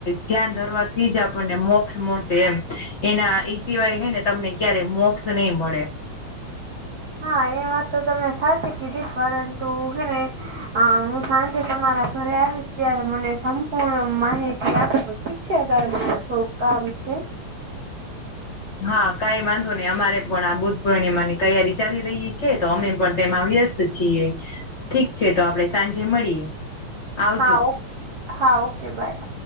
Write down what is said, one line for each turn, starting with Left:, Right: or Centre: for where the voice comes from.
Left: ધ્યાન ધરવાથી જ આપણને મોક્ષ મળ તે એમ એના ઈ સિવાય હે ને તમને ક્યારે મોક્ષ નહી મળે
Right: હા એ વાત તો તમે સાચી કીધી પરંતુ હેને હા હું સાંજે તમારા ઘરે આવીશ ત્યારે મને સંપૂર્ણ માહિતી આપજો ઠીક છે તારે છો કામ છે
Left: હા કઈ વાંધો ની અમારે પણ આ બુદ્ધ પૂર્ણિમાની તૈયારી ચાલી રહી છે તો અમે પણ તેમાં વ્યસ છીએ ઠીક છે તો આપડે સાંજે મળીએ આવજો
Right: હા ઓ હા ઓકે બાય